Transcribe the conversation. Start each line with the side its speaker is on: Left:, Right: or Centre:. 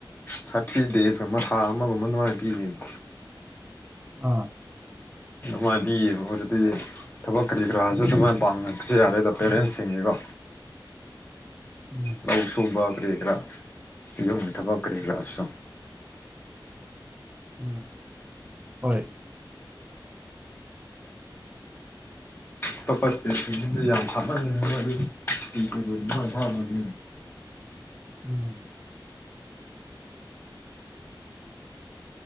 Left: ꯊꯥꯔꯇꯤ ꯗꯦꯖꯀ ꯃꯈꯥ ꯑꯃꯒꯨꯝꯕ ꯑꯗꯨꯃꯥꯏꯅ ꯄꯤꯔꯤꯕ
Right: ꯑꯥ
Left: ꯃꯥꯏꯗꯤ ꯑꯣꯏ ꯑꯗꯨ ꯑꯗꯨꯗꯤ ꯊꯕꯛ ꯀꯔꯤ ꯀꯔꯥꯁꯨ ꯑꯗꯨꯃꯥꯏꯅ ꯄꯥꯝꯕꯁꯨ ꯌꯥꯔꯦꯗ ꯄꯦꯔꯦꯟꯁꯁꯤꯡꯒꯤꯀꯣ
Right: ꯎꯝ
Left: ꯂꯧ ꯁꯨꯕ ꯀꯔꯤꯦ ꯈꯔꯥ ꯌꯣ ꯊꯕꯛ ꯀꯔꯤꯒ꯭ꯔꯁꯨꯣ
Right: ꯎꯝ ꯍꯣꯏ
Left: ꯑꯇꯣꯞꯄ ꯏꯁꯇꯦꯠꯁꯤꯡꯗꯨꯗ ꯌꯥꯝ ꯁꯥꯠꯍꯟꯅꯤꯡꯅ ꯑꯗꯨꯇꯤꯥꯡ ꯐꯕꯅꯤ꯫
Right: <inaudible>